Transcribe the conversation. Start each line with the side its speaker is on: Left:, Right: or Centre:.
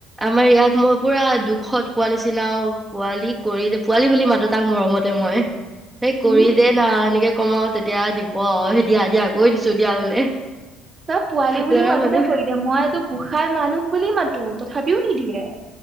Centre: আমাৰ ইয়াক মই পুৰা দুখত কোৱা নিচিনাও পোৱালি কৰি যে পোৱালি বুলি মাতো তাক মৰমতে মই এই কৰি
Right: উম
Centre: দে না এনেকে কমও তেতিয়া দিব সে দিয়া দিয়া আকৌ দিছো দিয়া বোলে
Right: তব পোৱালি বুলি
Centre: ল'ৰা
Right: মাটোতে
Centre: মানুহ
Right: কৰি দে মইতো খাই মানুহ বুলি মাতো তথাপিও নিদিয়ে